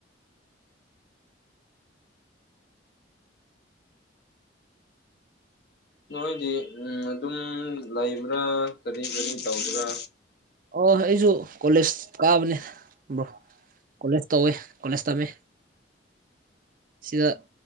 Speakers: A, on the left; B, on the right.
A: ꯅꯣꯏꯗꯤ ꯎꯝ ꯑꯗꯨꯝ ꯂꯩꯕ꯭ꯔꯥ ꯀꯔꯤ ꯀꯔꯤ ꯇꯧꯕ꯭ꯔꯥ
B: ꯑꯣꯅ ꯑꯩꯁꯨ ꯀꯣꯂꯦꯖ ꯀꯥꯕꯅꯦ ꯕ꯭ꯔꯣ ꯀꯣꯂꯦꯖ ꯇꯧꯋꯦ ꯀꯣꯂꯦꯖ ꯇꯝꯃꯦ ꯁꯤꯗ